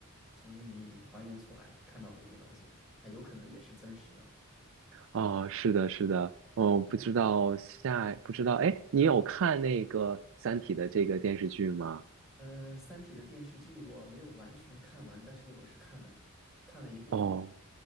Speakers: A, in the centre; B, on the right (about 65°).
A: 重新给你还原出来看到的一个东西，它有可能也是真实的。
B: 哦，是的，是的，哦，不知道下，不知道，哎，你有看那个《三体》的这个电视剧吗？
A: 嗯、三体》的电视剧我没有完全看完，但是我是看了的，看了一部分。
B: 哦，